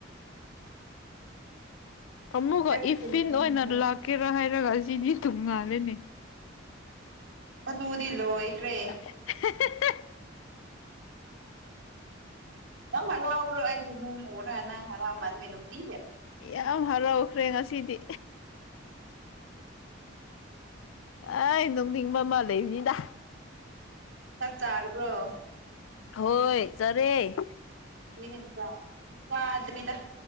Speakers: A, on the left; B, on the right.
A: ꯑꯃꯨꯛꯒ
B: ꯀꯔꯤꯒꯤ
A: ꯏꯐꯐꯤꯟ
B: ꯅꯣꯛꯅꯤꯡꯕ꯭ꯔꯣ
A: ꯑꯣꯏꯅ ꯂꯥꯛꯀꯦꯔꯥ ꯍꯥꯏꯔꯒ ꯑꯁꯤꯗꯤ ꯇꯣꯉꯜꯂꯦꯅꯦ
B: ꯑꯗꯨꯗꯤ ꯂꫭꯏꯈꯔꯦ
A: <unintelligible>
B: ꯅꯝ ꯍꯂꯥꯎꯕ꯭ꯔꯣ ꯍꯥꯏꯅꯤ ꯑꯣꯔꯅ ꯍꯔꯥꯎ ꯃꯃꯤ ꯅꯇꯤ
A: ꯌꯥꯝ ꯍꯔꯥꯎꯈ꯭ꯔꯦ ꯉꯁꯤꯗꯤ ꯑꯩ ꯅꯣꯡꯅꯤꯡ ꯑꯃꯥ ꯂꯩꯕꯅꯤꯗ
B: ꯆꯥꯛ ꯆꯥꯔꯕ꯭ꯔꯣ
A: ꯍꯣꯏ ꯆꯔꯦ
B: ꯌꯦꯡꯅꯤꯡꯕꯌꫭ ꯆꯥꯗꯔꯤꯗ